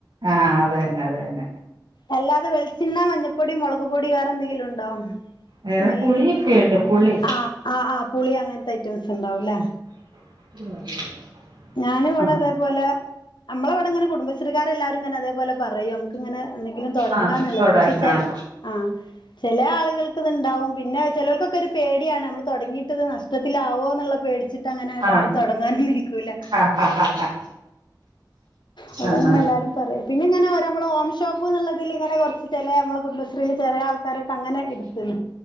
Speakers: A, on the right (about 80°); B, on the left (about 75°).
A: ആ അതെന്നെ അതെന്നെ
B: അല്ലാതെ വെളിച്ചണ്ണ മഞ്ഞപ്പൊടി മുളക്പൊടി വേറെ എന്തെങ്കിലും ഉണ്ടോ
A: വേറെ
B: മല്ലി
A: പുളിയൊക്കെയുണ്ട് പുളി
B: ആ ആ ആ പുളി അങ്ങനത്തെ ഐറ്റംസ് ഉണ്ടാവുംല്ലേ?
A: <unintelligible>
B: ഞാനും വിടെ
A: ആ
B: തേപോലെ നമ്മളെവിടെങ്ങെനെ കുടുംബശ്രീകാരെല്ലാരും തന്നെ അതേപോലെ പറയും. ക്ക്‌ ങ്ങനെ എന്തെങ്കിലും തുടങ്ങാന്നുള്ളത്
A: ആ തുടങ്ങാം
B: പക്ഷെ ചെൽ ആ ചില ആളുകൾക്ക് ഇത്ണ്ടാവും പിന്നെ ചിലർക്കൊക്കെ ഒരു പേടിയാണ് നമ്മൾ തുടങ്ങിയിട്ടത് നഷ്ടത്തിലാവോ എന്നുള്ള പേടി ച്ചിട്ട് അങ്ങന ആണ്ട്
A: ആ
B: ആരും തുടങ്ങാനും നിൽക്കൂല
A: ആ ആ ആ ആ
B: അവിടെങ്ങനെ
A: ആ
B: എല്ലാരും പറ പിന്നെങ്ങെനെ ഓര നമ്മള് ഹോം ഷോപ്പ് എന്നുള്ളതിൽ ഇങ്ങന കുറച്ച് ചില നമ്മളെ കുടുംബശ്രീല് ചലെ ആൾ ക്കാരൊക്കെ അങ്ങനെ എട്ത്ത്ണ്